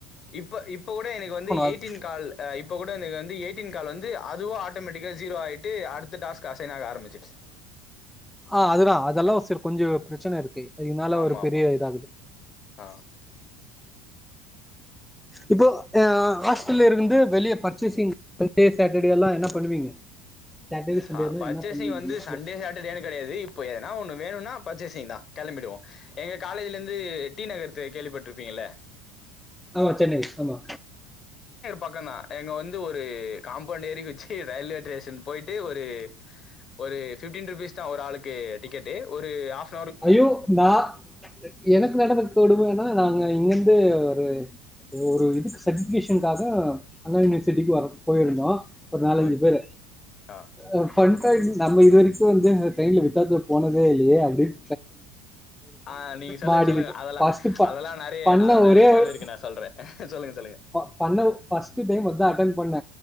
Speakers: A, on the left (about 40°); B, in the centre.
A: இப்ப இப்ப கூட எனக்கு வந்து
B: அது
A: எய்ட்டீன் கால் இப்ப கூட எனக்கு வந்து எய்ட்டீன் கால் வந்து அ துவா ஆட்டோமேட்டிக்கா ஜீரோ ஆயிட்டு அடுத்த டாஸ்க் அசைன் ஆக ஆரம்பிச்சிருச்சு
B: ஆ அதுதா அதெல்லா கொஞ்சொ ப்ரச்சன இருக்கு அதினால
A: ஆமாமா.
B: ஒரு பெரிய இதாகுது
A: ஆ
B: இப்போ ஆ ஹாஸ்டல்ல இருந்து வெளிய பர்சஸ்சிங் <inaudible> டே சாட்டடே எல்லா என்ன பண்ணுவீங்க சாட்டர்டே
A: ச
B: சண்டேனா
A: பர்சேஸிங்
B: என்ன பண்ணுவீங்க
A: வந்து
B: மோஸ்ட்லி
A: சண்டே சாட்டடேனு கடையாது இப்போ எதனா ஒண்ணு வேணுனா பர்சஸ்சிங்தா கெளம்பிடுவோ எங்க காலேஜ்லேந்து டி நகர் த கேள்விப்பட்ருப்பீங்கல்ல
B: ஆமா சென்னை ஆமா
A: பக்கந்தா எங்க வந்து ஒரு காம்பௌண்ட் ஏறி குத்ச்சி ரயில்வே டேஷன் போ டு ஒரு ஒரு ஃபிப்டீன் ருப்பீஸ்தா ஒரு ஆளுக்கு டிக்கெட்டு ஒரு ஆஃப்
B: ஐயோ நா எனக்கு நடந்த கொடுமனா நாங்க இங்கேர்ந்து ஒரு ஒரு இதுக்கு சட்டிஃபிகேஷனுக்காக அண்ணா யூனிவர்சிட்டிக்கு வர போயிருந்தோ ஒரு நாலஞ்சு
A: ஓகே.
B: பேரு
A: ஆ.
B: அ ஃபன் தா நம்ம இது வரிக்கு வந்து ட்ரெயின்ல வித்தௌட்ல போனதே இல்லையே அப்டின்
A: ஆ நீங்க சொல்லுங்க
B: மாடிக்கிட்டேன்
A: சொல்லுங்க அதெல்லா
B: ஃபஸ்ட்டு ப
A: அதெல்லா நறைய
B: பண்ண
A: அதெல்லா நறைய
B: ஒரே
A: கத
B: ஒரு
A: இருக்கு நா சொல் ற சொல்லுங்க சொல்லுங்க
B: ப பண்ண ஃபஸ்ட்டு டைம் அதா அட்டண் பண்ண